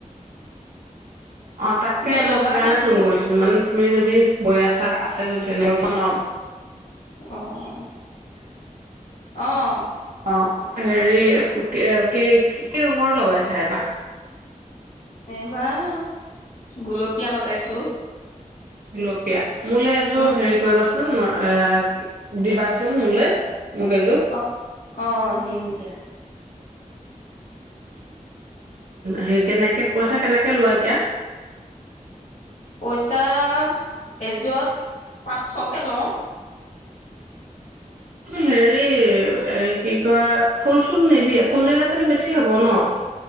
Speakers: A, on the right; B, on the left.
A: অ', তাকে
B: তুমি
A: মই
B: ল'বা
A: সেইকাৰণে
B: নে বোলো
A: ফোন কৰিছিলো মানে তুমি যদি যদি বৈ আছা আছে যদি মই এখন লম।
B: অ'। অ'।
A: অ', হেৰি কি কি ৰঙৰ লগাইছা এইবা?
B: এইবাৰ গুলপীয়া লগাইছো।
A: গুলপিয়া। মোলে এযোৰ
B: উম
A: হেৰি কৰিবা চ উম, এ দিবাচোন মোলে। মোক এযোৰ
B: অ', অ'। দিম দিয়া।
A: হেৰি কেনেকে, পইচা কেনেকে লোৱা এতিয়া?
B: পইচা এযোৰত পাঁচশকে লওঁ।
A: তুমি হেৰি এ কি কয় ফুল চুল নিদিয়া? ফুলদিলে চাগে বেছি হ'ব ন'।